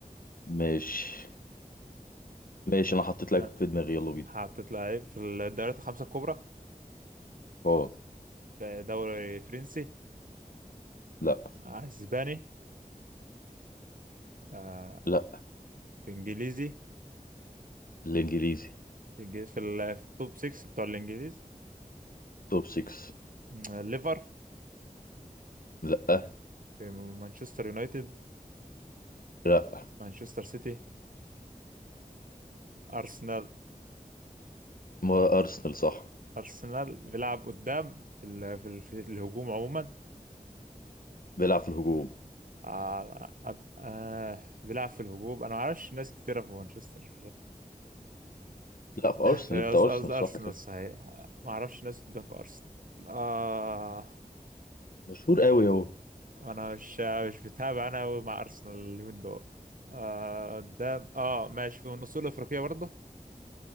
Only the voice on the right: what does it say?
آه،
حطيت لعيب في الدوريات الخمسة الكبرى
في دوري فرنسي
أسباني آه،
في إنجليزي
في الج- في, ال- في التوب 6 بتوع الإنجليز
آه، ليفر
في مانشستر يونايتد
مانشستر سيتي أرسنال
أرسنال بيلعب قدام في ال... في, ال... في الهجوم عموما
آه... آه... آه... بيلعب في الهجوم أنا ما أعرفش ناس كتيرة في مانشستر
هي
قصد-
قصدي أرسنال
صحيح ما أعرفش ناس قدام في أرسنال آه
أنا مش مش بتابع أنا أوي مع أرسنال اليومين دول آه قدام آه ماشي في من أصول أفريقية برضه